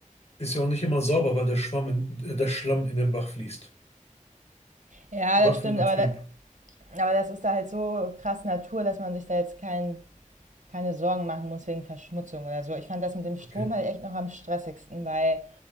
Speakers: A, on the left; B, on the right.
A: ist ja auch nicht immer sauber, weil der Schwamm in, äh, der Schlamm in den Bach fließt.
B: Ja,
A: Bach
B: das stimmt,
A: wird immer
B: aber,
A: trüb.
B: da, aber das ist da halt so krass Natur, dass man sich da jetzt keinen keine Sorgen machen muss wegen Verschmutzung oder so. Ich fand das mit dem Strom
A: Okay,
B: halt echt noch am stressigsten, weil